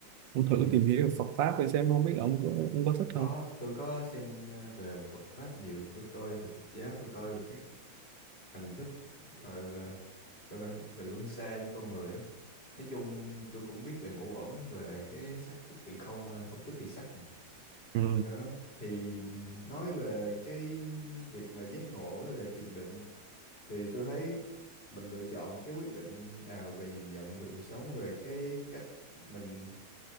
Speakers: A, on the right (about 70°); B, on the left (about 30°).
A: ông thử
B: Ừ.
A: tìm hiểu Phật pháp để xem không biết là ông có ông có thích
B: Có
A: không
B: tôi có xem ờ, về Phật pháp nhiều, tôi coi về Phật giáo, tôi coi về các hành thức gọi là sao ta về luân xa trên con người á nói chung tôi cũng biết về ngũ uẩn về cái sắc tức thì không à, không tức thì sắc mà
A: ừ
B: đó. thì nói về cái việc mà giác ngộ với lại thiền định thì tôi thấy mình lựa chọn cái quyết định nào về nhìn nhận về cuộc sống về cái cách mình